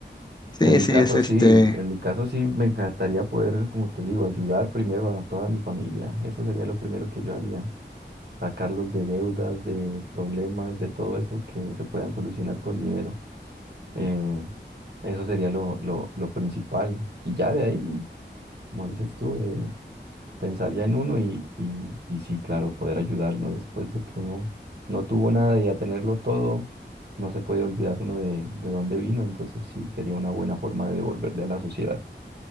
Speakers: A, on the left; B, on the right.
A: Sí,
B: En mi
A: sí,
B: caso
A: es este,
B: sí, en mi caso sí me encantaría poder, como te digo, ayudar primero a toda mi familia. Eso sería lo primero que yo haría, sacarlos de deudas, de problemas, de todo eso que se puedan solucionar con dinero. Eh, eso sería lo, lo, lo principal. Y ya de ahí, como dices tú, eh, pensaría en uno y, y, y sí, claro, poder ayudarnos después de que uno no tuvo nada y a tenerlo todo, no se puede olvidar uno de, de dónde vino, entonces sí, sería una buena forma de devolverle a la sociedad